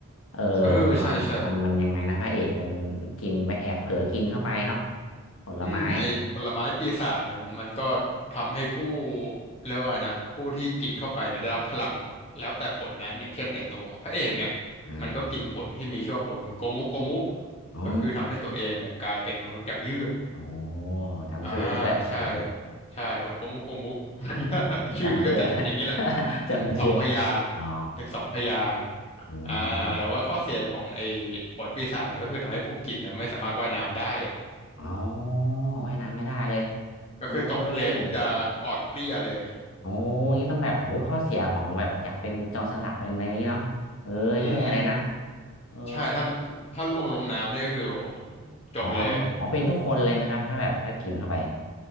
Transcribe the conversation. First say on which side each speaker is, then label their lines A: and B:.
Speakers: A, on the left; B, on the left.
A: เออผมว่ามันมันมันยังไงนะพระเอกมันมันกินไปแอบเผลอกินเข้าไปเนาะ
B: เออใช่ใช่
A: ผลไม้
B: อืมไอ้ผลไม้ปีศาจเนี่ยมันมันก็ทำให้ผู้เรียกว่าไงนะผู้ที่กินเข้าไปเนี่ยได้รับพลังแล้วแต่ผลนั้นอย่างเช่นไอ้ตัวพระเอกเนี่ย
A: อ่า
B: มันก็กินผลที่มีชื่อว่าผลโกมุโกมุ
A: อ๋อ
B: ก็คือทำให้ตัวเองเนี่ยกลายเป็นมนุษย์ยางยืด
A: โอ้จำชื่อได้ด้วยโอ้
B: อ่าใช่ใช่ผลโกมุโกมุ <laughs>
A: <laughs>
B: ชื่อมันก็จะเป็นอย่างนี้แหละ
A: จำชื่อ <laughs>
B: เป็นสองพยางค์เป็นสองพยางค์
A: จำชื่ออ๋ออืม
B: อ่าแต่ว่าข้อเสียของไอ้ผลปีศาจเนี่ยก็คือทำให้ผู้กินเนี่ยไม่สามารถว่ายน้ำได้
A: อ๋อว่ายน้ำไม่ได้เลย
B: ก็คือตกทะเลปุ๊บจะอ่อนเปลี้ยเลย
A: เฮ้ย โอ้งี้ต้องแบบโอ้ยข้อเสียของแบบอยากเป็นโจรสลัดอะไรนี้เนาะเออแย่เลยนะ
B: อืม
A: เออ
B: ใช่ ถ้าถ้าล่วงลงน้ำนี่ก็คือโอ้โหจบเลย
A: อ๋ออ๋อเป็นทุกคนเลยไหมครับถ้าแบบถ้ากินเข้าไป